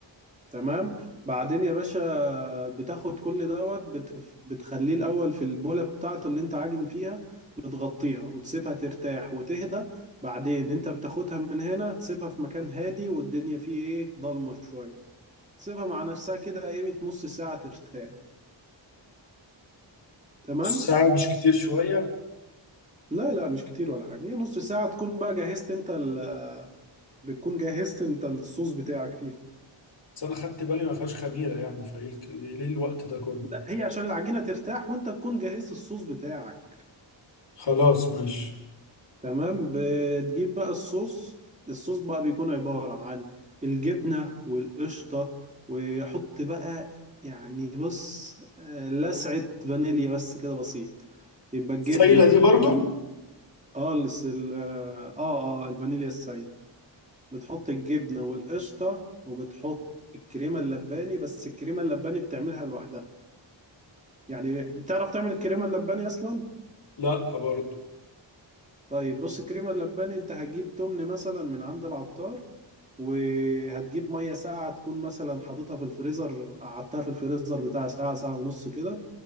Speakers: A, on the right; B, on the left.
A: تمام بعدين يا باشا بتاخد كل دوت بتف... بتخليه الأول في البولة بتاعته اللي انت عاجن فيها بتغطيها وتسيبها ترتاح وتهدى بعدين انت بتاخدها من هنا تسيبها في مكان هادي والدنيا فيه ايه ضلمة شوية تسيبها مع نفسها كده قيمة نص ساعة ترتاح تمام
B: نص ساعة مش كتير شوية
A: لا لا مش كتير ولا حاجة هي نص ساعة تكون بقى جهزت انت ال... بتكون جهزت انت الصوص بتاعك فيها
B: بس أنا خدت بالي ما فيهاش خميرة يعني فإيه الك- إيه ليه الوقت ده كله
A: لا هي عشان العجينة ترتاح وانت تكون جهزت الصوص بتاعك
B: خلاص ماشي
A: تمام بتجيب بقى الصوص الصوص بقى بيكون عبارة عن الجبنة والقشطة وحط بقى يعني بص آه، لسعة فانيليا بس كده بسيط يبقى الجبنة
B: السايلة دي برضو
A: وال اه الس- ال- اه اه آه، الفانيليا السايد بتحط الجبنة والقشطة وبتحط الكريمة اللباني بس الكريمة اللباني بتعملها لوحدها يعني بتعرف تعمل الكريمة اللباني أصلا؟
B: لا برضو
A: طيب بص الكريمة اللباني أنت هتجيب تمن مثلا من عند العطار وهتجيب ميه ساقعه تكون مثلا حاططها في الفريزر قعدتها في الفريزر بتاع ساعه ساعه ونص كده